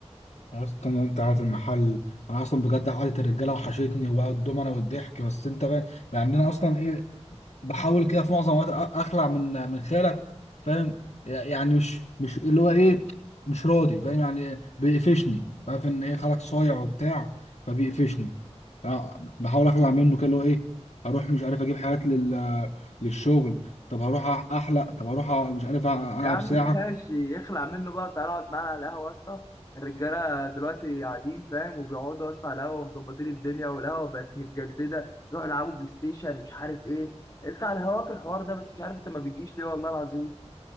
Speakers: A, on the left; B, on the left.
A: اصلا انت عارف المحل انا اصلا بجد قعدت الرجاله وحشتني وبقى الدومنه والضحك بس انت بقى يعني انا اصلا ايه بحاول كده في معظم الوقت أ- اخلع من من خيالك فاهم يعني مش مش اللي هو ايه مش راضي فاهم يعني بيقفشني عارف ان ايه خالك صايع وبتاع فبيقفشني آه، بحاول اخلع منه كده اللي هو ايه هروح مش عارف اجيب حاجات لل للشغل طب هروح احلق طب هروح أ- مش عارف أ- العب
B: يا عم
A: ساعه
B: ماشي اخلع منه بقى وتعالى اقعد معانا على القهوة يا اسطى الرجالة دلوقتي قاعدين فاهم وبيقعدوا يا اسطى على القهوة ومظبطين الدنيا والقهوة بقت متجددة روح العبوا بلاي ستيشن مش عارف ايه انت على هواك الحوار ده بس مش عارف انت ما بتجيش ليه والله العظيم